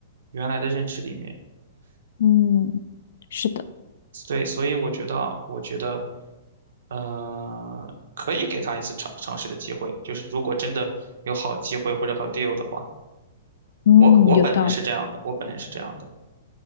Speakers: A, on the right; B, on the left.
A: 原来的认知里面。
B: 嗯，是的，
A: 对，所以我觉得啊，我觉得，呃，可以给他一次尝尝试的机会，就是如果真的有好机会或者好 deal 的话，
B: 嗯，
A: 我我本人是这样的，
B: 有道理。
A: 我本人是这样的，